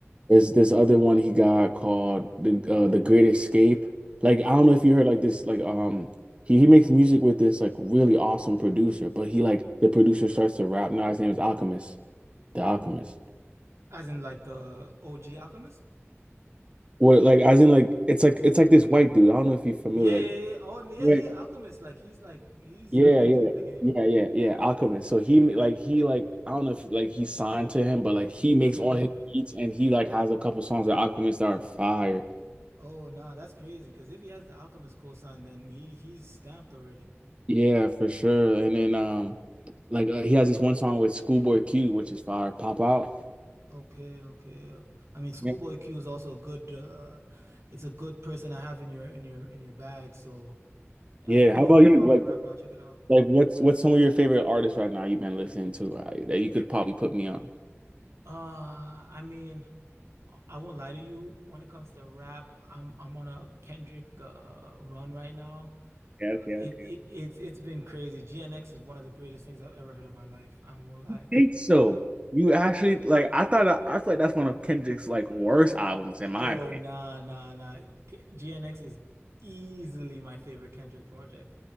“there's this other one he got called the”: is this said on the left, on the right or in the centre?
Right